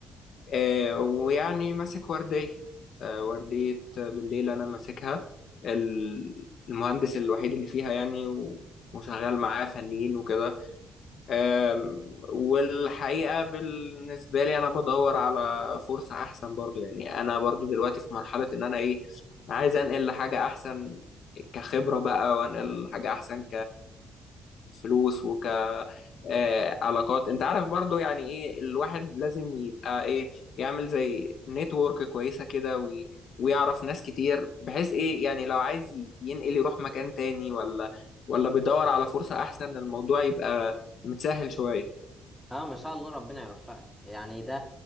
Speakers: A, on the left; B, in the centre.
A: آه، ويعني ماسك وردية آه، وردية بالليل أنا ماسكها ال- المهندس الوحيد اللي فيها يعني و- وشغال معاه فنيين وكده أم، والحقيقة بالنسبة لي أنا بدور على فرصة أحسن برضو يعني أنا برضو دلوقتي في مرحلة إن أنا إيه عايز أنقل لحاجة أحسن كخبرة بقى وأنقل لحاجة أحسن كفلوس وك آه، علاقات أنت عارف برضو يعني إيه الواحد لازم يبقى إيه يعمل زي نتورك كويسة كده وي... ويعرف ناس كتير بحيث إيه يعني لو عايز ينقل يروح مكان تاني ولا ولا بيدور على فرصة أحسن الموضوع يبقى متسهل شوية
B: اه ما شاء الله ربنا يوفقك يعني ده